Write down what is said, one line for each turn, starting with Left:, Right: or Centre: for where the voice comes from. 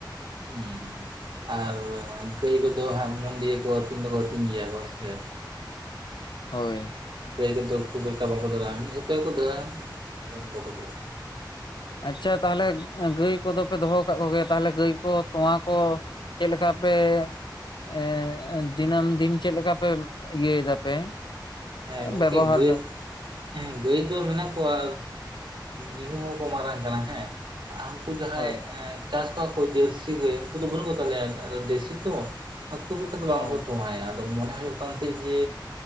Right: ᱦᱩᱸᱢ ᱟᱨ ᱜᱟᱹᱭ ᱠᱚᱫᱚ ᱦᱟᱸ ᱢᱚᱱᱫᱤᱭᱮ ᱠᱚ ᱟᱹᱛᱤᱧ ᱫᱚᱠᱚ ᱟᱹᱛᱤᱧ ᱜᱮᱭᱟ ᱠᱚ ᱦᱮᱥᱮ
Left: ᱦᱳᱭ
Right: ᱜᱟᱹᱭ ᱠᱤᱱᱛᱩ ᱠᱷᱩᱵ ᱮᱠᱴᱟ ᱵᱟᱠᱚ ᱫᱟᱹᱲᱟᱜᱼᱟ ᱢᱤᱫ ᱚᱠᱛᱮ ᱜᱮᱠᱚ ᱫᱟᱹᱲᱟᱜᱼᱟ ᱫᱚ ᱵᱟᱠᱚ ᱫᱟᱹᱲᱟᱜᱼᱟ
Left: ᱟᱪᱪᱷᱟ ᱛᱟᱦᱚᱞᱮ ᱜᱟᱹᱭ ᱠᱚᱫᱚ ᱯᱮ ᱫᱚᱦᱚ ᱟᱠᱟᱫ ᱠᱚᱜᱮᱭᱟ ᱛᱟᱦᱚᱞᱮ ᱜᱟᱹᱭ ᱠᱚ ᱛᱚᱣᱟ ᱠᱚ ᱪᱮᱫ ᱞᱮᱠᱟ ᱟᱯᱮ ᱮ ᱫᱤᱱᱟᱹᱢ ᱫᱤᱱ ᱪᱮᱫ ᱞᱮᱠᱟ ᱯᱮ ᱤᱭᱟᱹᱭ ᱫᱟ ᱯᱮ
Right: ᱦᱮᱸ ᱜᱚᱝᱠᱮ
Left: ᱵᱮᱵᱚᱦᱟᱨ
Right: ᱜᱟᱹᱭ ᱦᱮᱸ ᱜᱟᱹᱭ ᱫᱚ ᱢᱮᱱᱟᱜ ᱠᱚᱣᱟ ᱢᱤᱦᱩ ᱦᱚᱸᱠᱚ ᱢᱟᱨᱟᱝ ᱠᱟᱱᱟ ᱦᱮᱸ ᱩᱱᱠᱩ ᱡᱟᱦᱟᱸᱭ
Left: ᱦᱳᱭ
Right: ᱮ ᱪᱟᱥ ᱠᱚᱣᱟ ᱠᱚ ᱡᱟᱹᱨᱥᱤ ᱜᱟᱹᱭ ᱩᱱᱠᱩ ᱫᱚ ᱵᱟᱹᱱᱩᱜ ᱠᱚ ᱛᱟᱞᱮᱭᱟ ᱫᱮᱥᱤ ᱛᱚ ᱠᱷᱩᱵ ᱮᱠᱴᱟ ᱫᱚ ᱵᱟᱝᱠᱚ
Left: ᱚ
Right: ᱛᱚᱭᱟ ᱟᱫᱚ ᱢᱚᱱᱮ ᱦᱩᱭᱩᱜ ᱠᱟᱱ ᱛᱟᱦᱮᱸᱫ ᱡᱮ